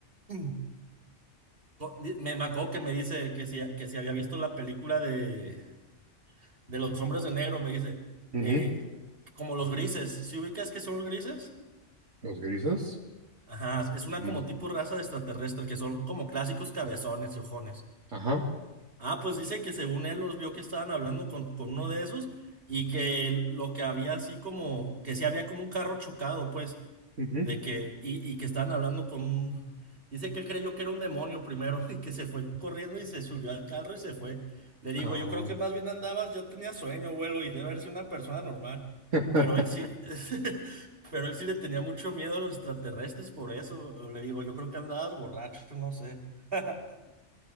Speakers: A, on the right (about 50°); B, on the right (about 75°).
A: <clears throat> co- di- me, me acuerdo que me dice que si, que si había visto la película de, de los hombres de negro, me dice,
B: ujú.
A: eh, como los grises, ¿si ubicas que son los grises?
B: Los grises.
A: Ajá, es una
B: mm,
A: como tipo raza de extraterrestre que son como clásicos cabezones y ojones.
B: Ajá.
A: Ah, pues dice que según él los vio que estaban hablando con, con uno de esos y que lo que había así como, que sí había como un carro chocado, pues,
B: ujú,
A: de que, y, y que estaban hablando con un, dice que él creyó que era un demonio primero <laughs> y que se fue corriendo y se subió al carro y se fue. Le digo,
B: Cabrón.
A: yo creo que más bien andabas, ya tenía sueño, abuelo, y debe haber sido una persona normal.
B: <laughs>
A: Pero él sí, <laughs> pero él sí le tenía mucho miedo a los extraterrestres por eso. Le digo, yo creo que andabas borracho, no sé, <laughs>